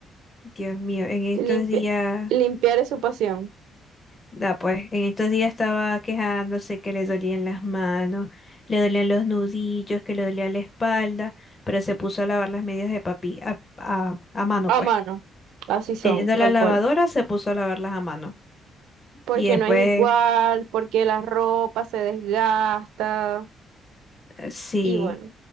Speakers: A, on the left; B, on the right.
A: Dios mío, en estos
B: Limpia-
A: días.
B: limpiar es su pasión.
A: Da pues, en estos días estaba quejándose que le dolían las manos, le dolían los nudillos, que le dolía la espalda, pero se puso a lavar las medias de papi a, a- a mano,
B: A
A: pues.
B: mano. Así son,
A: Teniendo
B: tal
A: la lavadora,
B: cual.
A: se puso a lavarlas a mano.
B: Porque
A: Y después,
B: no es igual, porque la ropa se desgasta.
A: eh, sí,
B: Y bueno,